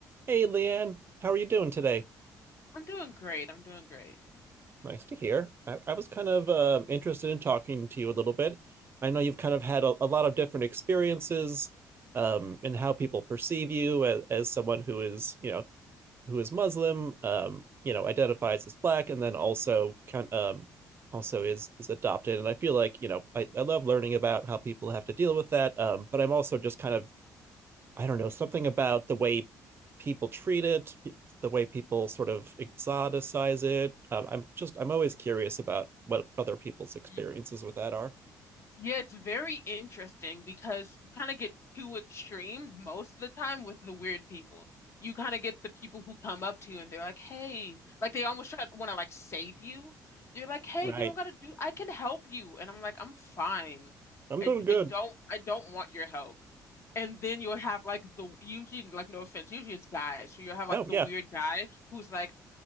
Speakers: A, on the right; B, on the left.
A: Hey, Leanne, how are you doing today?
B: I'm doing great. I'm doing great.
A: Nice to hear. I, I was kind of um interested in talking to you a little bit. I know you've kind of had a, a lot of different experiences um, in how people perceive you as, as someone who is, you know, who is Muslim, um, you know, identifies as black, and then also kind um, also is is adopted. And I feel like, you know, I, I love learning about how people have to deal with that. Um, but I'm also just kind of I don't know, something about the way people treat it, pe- the way people sort of exoticize it. Um, I'm just, I'm always curious about what other people's experiences
B: Y-
A: with that are.
B: Yeah, it's very interesting because you kind of get two extremes most of the time with the weird people. You kind of get the people who come up to you and they're like, "Hey," like they almost try to want to like save you. They're like, "Hey,
A: Right.
B: you don't gotta do. I can help you," and I'm like, "I'm fine.
A: I'm
B: I
A: doing good.
B: I don't I don't want your help." And then you'll have like the usually like no offense, usually it's guys. So you'll have like
A: Oh,
B: the
A: yeah.
B: weird guy who's like.